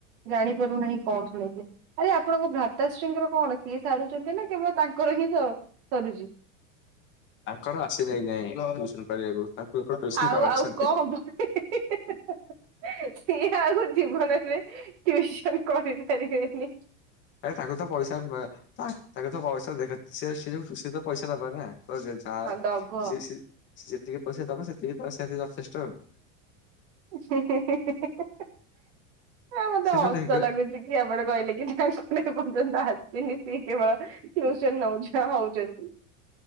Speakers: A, on the right; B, on the left.
A: ଜାଣିପାରୁନାହିଁ କଣ ଶୁଣେଥିବେ ଆରେ ଆପଣଙ୍କ ଭ୍ରାତାଶ୍ରୀଙ୍କର କଣ ସିଏ ସାରୁଚନ୍ତି ନା କିମ୍ବା ତାଙ୍କର ହିଁ ସ-ସରୁଚି?
B: ତାଙ୍କର ଆସି ନାଇଁ ଏ ଯାଏଁ ଟିଉସନ କରିବାକୁ। ତାଙ୍କୁ ଲୋକ ଟ୍ୟୁସନ
A: ଆଉ
B: କରାଉଛନ୍ତି।
A: ଆଉ କଣ ହବ ହିଁ ହିଁ ହିଁ ହିଁ ଆଉ ଜୀବନରେ ଟିଉସନ କରି ପାରିବେ ନି।
B: ଆ ତାକୁ ତ ପଇସା ମେ ତା-ତାକୁ ତ ପଇସା ଦେଖ ସେ ସେଇ ଯୋଉ ସିଏ ତ ପଇସା ନବା ନା। ଯ ଯେଝା
A: ହଁ ଦବ।
B: ସିସି ସିଏ ଯେତିକି ପଇସା ଦବ ସେତିକି ତ ସେହାତି ଯଥେଷ୍ଟ ଆଉ।
A: ହିଁ ହିଁ ହିଁ ହିଁ ହିଁ ହିଁ ହଁ ମତେ
B: ସେ
A: ହସ
B: ଯୋଉ ଢେଗ
A: ଲାଗୁଚ କି ଆପଣ କହିଲେ କି ତାଙ୍କୁ ମନେ ଏପର୍ଯ୍ୟନ୍ତ ଆ ଯେମିତି କେବଳ ଟିଉସନ ନଉଛ ହଉଚନ୍ତି।